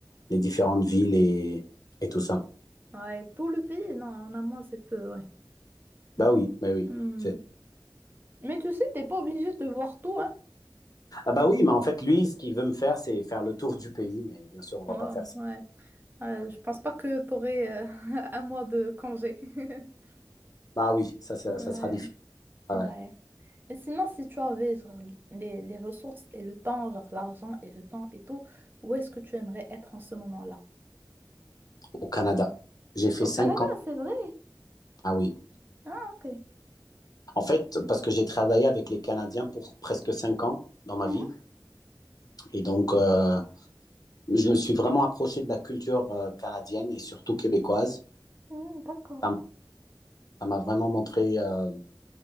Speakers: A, on the left (about 50°); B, on the right (about 25°).
A: les différentes villes et, et tout ça.
B: Ouais, tout le pays, non, en amont, c'est peu, ouais.
A: Bah oui, bah oui.
B: Hmm.
A: c'est-
B: Mais tu sais, t'es pas obligé de voir tout, hein?
A: Ah bah oui, mais en fait, lui, ce qu'il veut me faire, c'est faire le tour du pays, mais bien sûr, on va
B: Ouais,
A: pas faire ça.
B: ouais. Euh, je pense pas que t'aurais euh, <laughs> un mois de congé. <laughs>
A: Bah oui, ça, ça,
B: Ouais,
A: ça sera difficile. Ah
B: ouais.
A: ouais,
B: Mais sinon, si tu avais genre, les, les ressources et le temps, genre l'argent et le temps et tout, où est-ce que tu aimerais être en ce moment-là?
A: Au Canada. J'ai fait
B: Au
A: cinq
B: Canada,
A: ans.
B: c'est vrai.
A: Ah oui.
B: Ah, ok.
A: En fait, parce que j'ai travaillé avec les Canadiens pour presque cinq ans dans ma
B: Mhm.
A: vie. Et donc, euh, je me suis vraiment approché de la culture euh, canadienne et surtout québécoise.
B: Mm, d'accord.
A: Ça m- ça m'a vraiment montré euh,